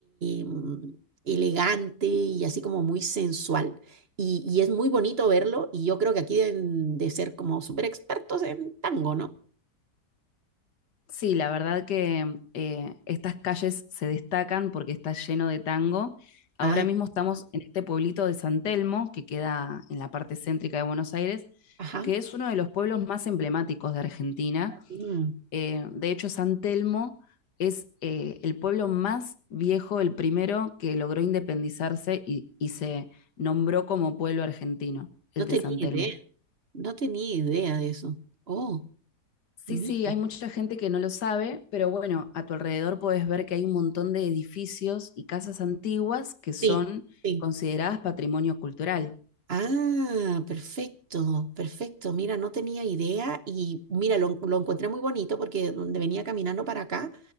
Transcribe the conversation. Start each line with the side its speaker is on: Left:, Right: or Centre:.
Right: em, elegante y así como muy sensual. Y, y es muy bonito verlo y yo creo que aquí deben de ser como súper expertos en tango, ¿no?
Left: Sí, la verdad que eh, estas calles se destacan porque está lleno de tango. Ahora
Right: Ah,
Left: mismo estamos en este pueblito de San Telmo, que queda en la parte céntrica de Buenos Aires,
Right: ajá.
Left: que es uno de los pueblos más emblemáticos de Argentina.
Right: Mm,
Left: Eh, de hecho, San Telmo es eh, el pueblo más viejo, el primero que logró independizarse y, y se nombró como pueblo argentino, el
Right: no
Left: de
Right: tenía
Left: San
Right: idea,
Left: Telmo.
Right: no tenía idea de eso. Oh,
Left: Sí,
Right: mira.
Left: sí, hay mucha gente que no lo sabe, pero bueno, a tu alrededor puedes ver que hay un montón de edificios y casas antiguas que son
Right: Sí, sí.
Left: consideradas patrimonio cultural.
Right: Ah, perfecto, perfecto. Mira, no tenía idea y mira, lo, lo encontré muy bonito porque donde venía caminando para acá,